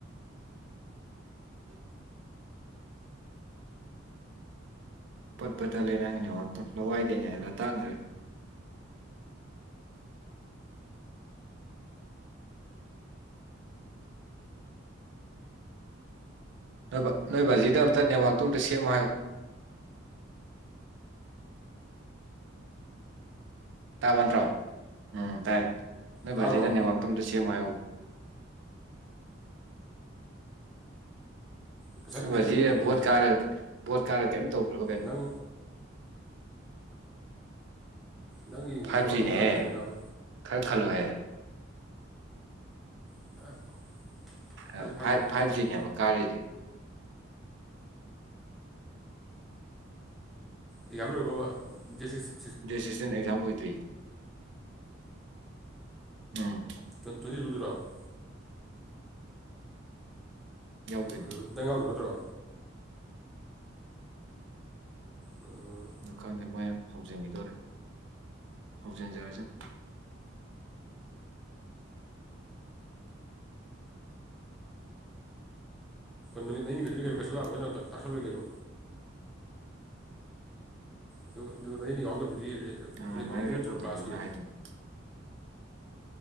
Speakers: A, on the right; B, in the centre.
A: <inaudible> ꯄꯠꯄꯠ ꯇꯠꯂꯦ ꯅꯪꯒꯤ ꯅꯦꯋꯥꯔꯛꯇꯣ ꯂꯋꯥꯏꯗꯩꯅꯦ ꯍꯥꯏꯕ ꯑꯇꯥꯛꯅꯔꯦ ꯅꯣꯏꯕ ꯅꯣꯏ ꯕꯥꯖꯤꯗ ꯑꯝꯇ ꯅꯦꯠꯋꯥꯔꯛꯇꯣ ꯑꯝꯇ ꯁꯦꯝꯃꯣ ꯍꯥꯏꯌꯣ ꯇꯥꯕ ꯅꯠꯇ꯭ꯔꯣ ꯎꯝ ꯇꯥꯏ ꯅꯣꯏ
B: ꯇꯥꯔꯕꯣ
A: ꯕꯥꯖꯤꯗ ꯅꯦꯠꯋꯥꯛꯇꯣ ꯑꯝꯇ ꯁꯦꯝꯃꯣ ꯍꯥꯏꯌꯣꯕ
B: ꯉꯁꯥꯏ
A: ꯅꯣꯏ
B: ꯅꯨꯡꯊꯤꯟꯗꯤ
A: ꯕꯥꯖꯤ
B: ꯀꯩꯝ ꯇꯧꯗꯕꯅꯤꯅꯦ
A: ꯚꯣꯠ ꯀꯥꯔꯒ ꯚꯣꯠ ꯀꯥꯔ ꯀꯦꯝ ꯇꯧꯗ꯭ꯔꯕ ꯀꯩꯅꯣ
B: ꯅꯪ ꯅꯪꯒꯤ
A: ꯐꯥꯏꯚ
B: ꯅꯦꯠꯋꯥꯛꯅ
A: ꯖꯤꯅꯦꯍꯦ
B: ꯑꯣꯏꯗꯣꯏꯔꯥ ꯅꯪ ꯂꯩꯗꯅꯕ
A: ꯈꯔ ꯈꯜꯂꯣꯍꯦ
B: <unintelligible> ꯑꯩꯗꯤ
A: ꯑꯞ ꯐꯥꯏꯚ
B: ꯖꯤꯅꯤ ꯀꯩꯅꯣ
A: ꯐꯥꯏꯚ
B: ꯆꯞ ꯃꯥꯟꯅꯩ
A: ꯖꯤꯅꯦꯕ ꯀꯥꯔꯤꯖꯦ
B: ꯑꯦꯖꯥꯝ ꯂꯣꯔꯕꯕꯥ ꯗꯦꯠ <unintelligible>
A: ꯗꯦꯠ ꯁꯤꯛꯁꯇꯤꯟ ꯑꯦꯛꯖꯥꯝ ꯂꯣꯏꯗ꯭ꯔꯤ ꯎꯝ
B: ꯇꯨ ꯇ꯭ꯋꯦꯟ <unintelligible>
A: ꯌꯥꯎꯗꯣꯏꯅꯤ
B: ꯎꯝ ꯅꯪ ꯌꯥꯎꯗꯣꯢ ꯅꯠꯇ꯭ꯔꯣ ꯑꯝ
A: ꯑ ꯈꯪꯗꯦ ꯃꯣꯏ ꯍꯧꯖꯤꯟꯒꯤꯗꯣꯔꯦ ꯍꯧꯖꯟꯖꯔꯁꯅꯨ
B: ꯅꯨꯠꯅꯤꯠ ꯃꯔꯤꯅꯤ ꯈꯛꯇꯅꯤ
A: ꯎꯝ
B: ꯀꯩꯅꯣ ꯀꯩꯁꯨ ꯌꯥꯝ ꯀꯟꯅ ꯇꯥꯛꯁꯜꯂꯣꯏ ꯀꯩꯅꯣ ꯑꯗꯨ ꯅꯨꯃꯤꯠ ꯃꯔꯤꯅꯤ ꯌꯥꯎꯗꯕꯗꯨꯗꯤ ꯔꯦ-ꯔꯦꯀꯣꯔꯗ
A: ꯑꯗꯨꯃꯥꯏꯅ
B: ꯂꯩꯗꯣꯏ
A: ꯔꯦꯀꯣꯔꯠ
B: ꯅꯠꯇ꯭ꯔꯣ
A: ꯇꯧꯕꯤꯌꯣꯅ
B: ꯀ꯭ꯂꯥꯁꯀꯤ
A: ꯍꯥꯏꯗꯣꯏꯅꯤ